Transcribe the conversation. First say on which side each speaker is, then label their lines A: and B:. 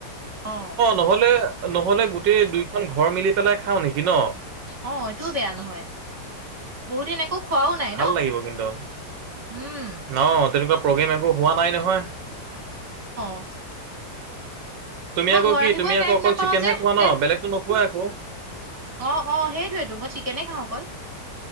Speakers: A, on the right (about 20°); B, on the right (about 90°).
A: অ,।
B: নহ'লে নহ'লে গোটেই দুইখন ঘৰ মিলি পেলাই খাওঁ নেকি ন'?
A: অ', এইটোও বেয়া নহয়। বহু দিন একো খোৱাও নাই
B: ভাল
A: ন
B: লাগিব কিন্তু অ',
A: উম
B: তেনেকুৱা প্ৰগ্ৰেম একো হোৱা নাই নহয়।
A: অ
B: তুমি
A: মই
B: আকৌ
A: ঘৰ
B: কি
A: আহিবই
B: তুমি
A: টাইম
B: আকৌ অকল
A: নাপাও
B: চিকেনহে
A: যে
B: খোৱা
A: তে
B: ন' বেলেগতো নো কোৱা আকৌ?
A: অ' অ' সেইটোয়েটো মই চিকেনে খাওঁ অকল।